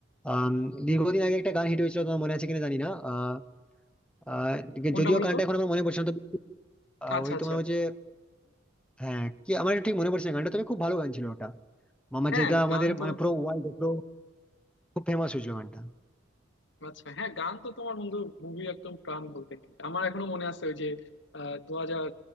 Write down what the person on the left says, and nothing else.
কোনটা
বলো
তো
আচ্ছা
আচ্ছা
হ্যাঁ
গান তো
আচ্ছা হ্যাঁ গান তো তোমার বন্ধু মুভি একদম প্রাণ বলতে গেলে আমার এখনো মনে আছে ওই যে দু হাজার